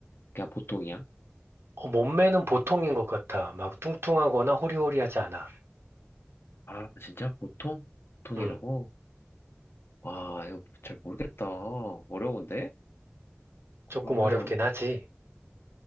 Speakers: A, on the left; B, on the right.
A: 그냥 보통이야?
B: 어, 몸매는 보통인 것 같아. 막 뚱뚱하거나 호리호리하지 않아.
A: 아, 진짜? 보통? 보통이라고?
B: 음,
A: 와, 이거 잘 모르겠다. 어려운데?
B: 조금
A: 그러면,
B: 어렵긴 하지.